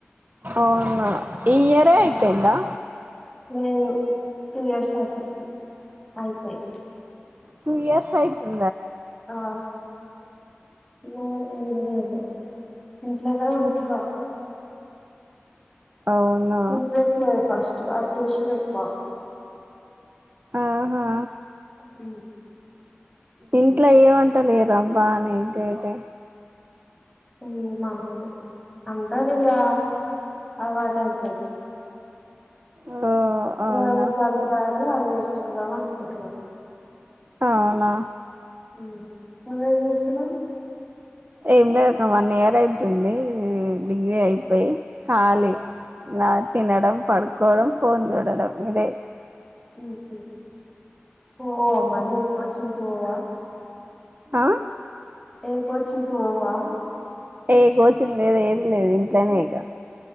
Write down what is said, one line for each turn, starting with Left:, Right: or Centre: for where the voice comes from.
Right: అవునా ఈ ఇయర్ ఐ
Centre: ఉమ్
Right: అయిపోయిందా
Centre: లేదు టూ ఇయర్స్ అయిపోతుంది అయిపోయి
Right: టూ ఇయర్స్ ఆయిపో
Centre: ఆ ఇ ఏం చేయాలే ఇంట్లోనే ఉంటునా
Right: అవునా
Centre: ఇంట్రెస్ట్ లేదు ఫస్ట్ ఆది చేసేదే ఎక్కువ
Right: ఆహా
Centre: మ్మ్
Right: ఇంట్లో ఏమంట లేరుబ్బా ఇంక ఐతే
Centre: ఉమ్ మాములే అంటారిగా అలవాటు అయిపొయింది.
Right: ఓ అవునా
Centre: ఎవ కంత్ర అది నేర్చుకుందాం అనుకుంటున
Right: అవునా
Centre: మ్మ్ నువ్వేం జేస్తునావ్
Right: ఎమ్ లేదు ఇ వన్ ఇయర్ అయితుంది మ్మ్ డిగ్రీ అయిపోయి ఖాళీ నా తినడం పడకోవడం ఫోన్ జూడడం ఇదే
Centre: మ్మ్ హ్మ్ ఓ అ మరి ఎకువచ్చ పోవ
Right: ఆ
Centre: ఏ కోచింగ్ కి పోవా
Right: ఏ కోచింగ్ లేదు ఎమ్ లేదు ఇంట్లోనే ఇక